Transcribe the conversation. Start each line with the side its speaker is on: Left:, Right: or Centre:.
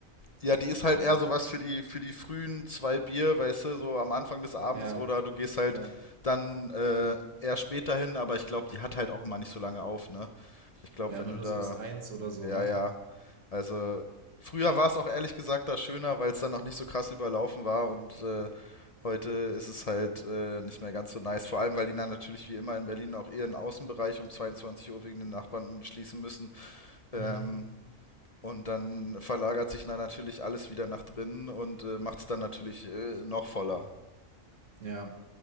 Left: Ja, die ist
Right: Ja,
Left: halt eher sowas für die, für die frühen zwei Bier, weißt du, so am Anfang des Abends
Right: ja,
Left: oder du gehst halt
Right: ja.
Left: dann äh, eher später hin, aber ich glaube, die hat halt auch immer nicht so lange auf, ne? Ich glaube,
Right: Ja,
Left: wenn
Right: immer
Left: du
Right: nur
Left: da,
Right: so bis eins oder so,
Left: ja,
Right: ne?
Left: ja, also früher war es auch ehrlich gesagt da schöner, weil es dann noch nicht so krass überlaufen war und äh, heute ist es halt äh, nicht mehr ganz so nice, vor allem, weil die dann natürlich wie immer in Berlin auch ihren Außenbereich um 22 Uhr wegen den Nachbarn schließen müssen. Ähm,
Right: Hm,
Left: und dann verlagert sich dann natürlich alles wieder nach drinnen und äh, macht es dann natürlich äh, noch voller.
Right: ja.